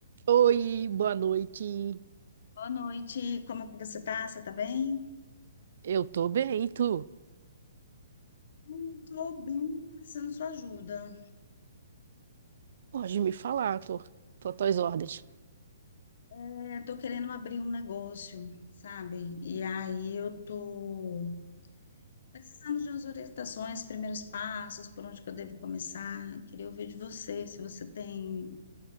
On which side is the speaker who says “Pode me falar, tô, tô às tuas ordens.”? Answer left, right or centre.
Right